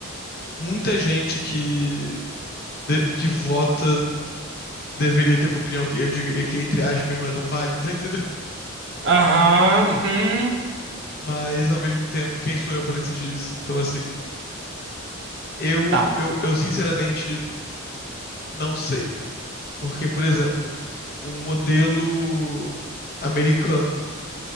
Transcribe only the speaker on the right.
Aham, uhum,
tá,